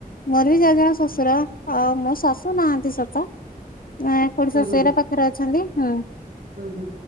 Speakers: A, on the left; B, on the right.
A: ମୋର ବି ଯେ ଜଣେ ଶ୍ୱଶୁର ଆଉ ମୋ ଶାଶୁ ନାହାନ୍ତି ସତ ଖୁଡୀ
B: ହୁଁ
A: ଶାଶୁ
B: ହୁଁ
A: ହାରିକା ପାଖରେ ଅଛନ୍ତି। ହୁଁ।
B: ହୁଁ ହୁଁ।